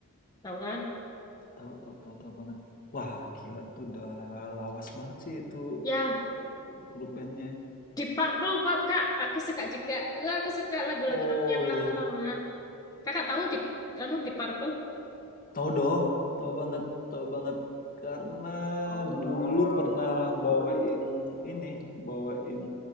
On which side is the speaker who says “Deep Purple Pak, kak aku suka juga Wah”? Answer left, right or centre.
Left